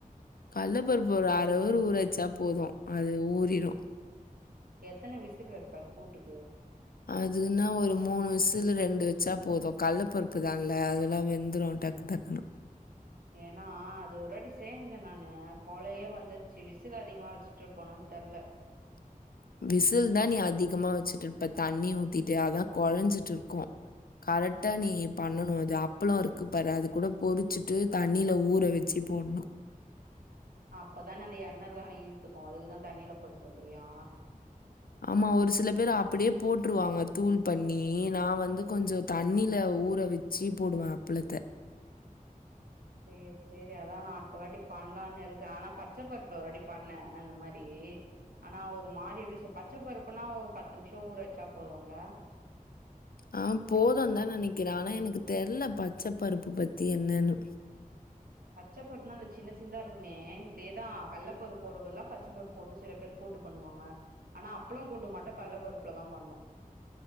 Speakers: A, on the left; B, on the right.
A: கள்ள பருப்பு ஒரு அரை ஹவுரு ஊற வச்சா போது அது ஊறிரூம்
B: எத்தன விசில் வெப்பா கூட்டுக்கு
A: அதுனா ஒரு மூணு விசுல ரெண்டு வெச்சா போது கள்ள பருப்பு தாங்கலே அதெல்லா வெந்துரு டக் டக்குணு
B: ஏனா அது ஒருவாட்டி சேஞ்சே நானு கொளைய வந்துருச்சி விசில் அதிகமா வச்சுட்டுருப்பனோன்னு தெர்ல
A: <unintelligible> விசில் தா நீ அதிகமா வச்சுட்டுருப்ப தண்ணி ஊத்திட்டு அதா கொழஞ்சிட்டுருக்கு கரெக்டா நீ பண்ணனு அது அப்பளம் இருக்கு பாரு அது கூட பொறிச்சிட்டு தண்ணியில ஊற வெச் சி போட்ணு
B: அப்பதானே அந்த எண்ணெல்லா இழுத்துக்கு அதுக்குதா தண்ணில போட சொல்றியா
A: ஆமா ஒரு சில பேர் அப்படியே போட்டுருவாங்க தூள் பண்ணி நா வந்து கொஞ்சோ தண்ணில ஊற வெச் சி போடுவ அப்பளத்த
B: சேர் சேரி அதா நா அடுத்த வாட்டி பண்லான்னு இருக்கே ஆனா பார் பச்ச பருப்புல ஒருவாட்டி பண்ண அந்த மாரி ஆனா ஒரு மாரி எப்டி சொ பச்ச பருப்புனா ஒரு பத்து நிமிஷம் ஊற வச்சா போதுன்ல.
A: ஆஹ் போதுந்தா நெனைக்கிற ஆனா எனக்கு தெர்ல பச்ச பருப்பு பத்தி என்னன்னு
B: பச்சபருப்புனா அந்த சின்ன சின்னதா இருக்குமே இதேதா கள்ளப்பரு போட்றதல்லா பச்சப்பருப்பு போட்டு சில பேர் கூட்டு பண்ணுவாங்க ஆனா அப்பளு கூட்டு மட்டு கள்ள பருப்புல தா பண்ணு